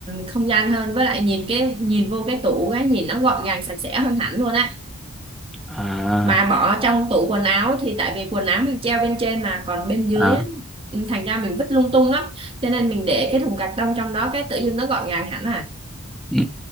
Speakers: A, on the right; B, in the centre.
A: không gian hơn với lại nhìn cái nhìn vô cái tủ cái nhìn nó gọn gàng sạch sẽ hơn hẳn luôn á
B: à
A: mà bỏ trong tủ quần áo thì tại vì quần áo mình treo bên trên mà còn bên dưới
B: à
A: á ừ, thành ra mình vứt lung tung lắm cho nên mình để cái thùng cạc tông trong đó cái tự dưng nó gọn gàng hẳn à
B: Ừ.